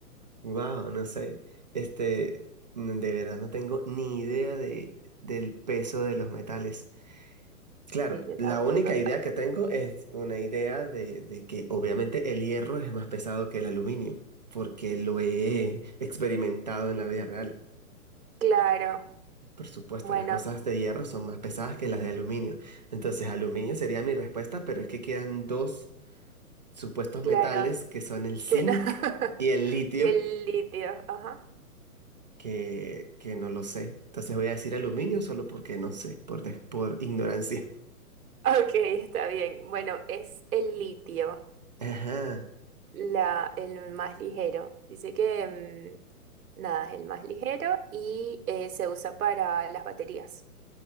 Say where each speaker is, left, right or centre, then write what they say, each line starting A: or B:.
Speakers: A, on the right; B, on the right.
A: Wow, no sé. Este, n- de verdad no tengo ni idea de, del peso de los metales. Claro,
B: Sí, yo
A: la
B: tampoco.
A: única idea que tengo es una idea de, de que obviamente el hierro es más pesado que el aluminio, porque lo he <laughs> experimentado en la vida real.
B: Claro,
A: Por supuesto,
B: bueno,
A: las cosas de hierro son más pesadas que las de aluminio. Entonces, aluminio sería mi respuesta, pero es que quedan dos supuestos
B: claro.
A: metales que son el zinc
B: Tien- <laughs>
A: y el litio.
B: Y el litio, ajá.
A: que, que no lo sé. Entonces voy a decir aluminio solo porque no sé, por, des- por <laughs> ignorancia.
B: Ok, está bien. Bueno, es el litio.
A: Ajá.
B: La, el más ligero. Dice que, mm, nada, es el más ligero y eh, se usa para las baterías.